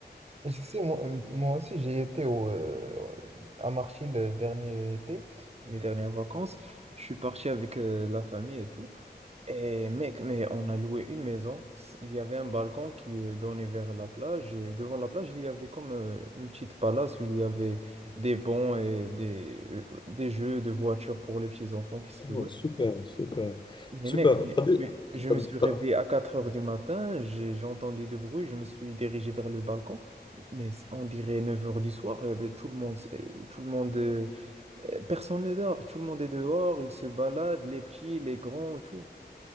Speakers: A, on the right; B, on the left.
A: Je sais, moi, euh, moi aussi, j'ai été au, euh, à Marchi le dernier été, les dernières vacances. Je suis parti avec euh, la famille et tout. Et mec, mais on a loué une maison. C- Il y avait un balcon qui euh, donnait vers la plage. Et devant la plage, il y avait comme euh, une petite palace où il y avait des bancs et des, euh, des jeux de voitures pour les petits enfants qui se
B: Oh,
A: louaient.
B: super, super,
A: Mais
B: super.
A: mec, mais-
B: T'as dé-
A: mais je
B: t'as-
A: me suis réveillé
B: t'as-
A: à 4 heures du matin, j'ai j'ai entendu du bruit, je me suis dirigé vers le balcon, mais c- on dirait 9 heures du soir, eh ben, tout le monde, s- euh, tout le monde, euh, euh, personne ne dort, tout le monde est dehors, ils se baladent, les petits, les grands, tout.